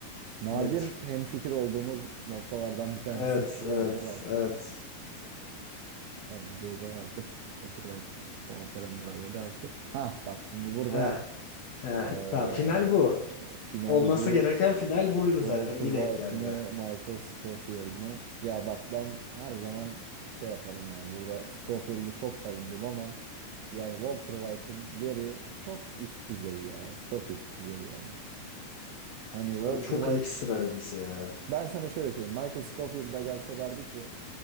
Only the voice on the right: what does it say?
Nadir
hemfikir olduğumuz noktalardan bir tanesi
<laughs> Walter
White.
Tamam burada artık Walter White Polat Alemdar'a veda etti. Ha bak şimdi burada
eee,
final
bu
Walter
White
mı Michael Scofield mı? Ya bak ben her zaman şey yaparım yani burada Scofield'ı çok savundum ama yani Walter White'ın yeri çok üst düzey ya. Çok üst düzey yani. Hani Walter
White
ben sana şöyle söyleyeyim. Michael Scofield da gelse derdi ki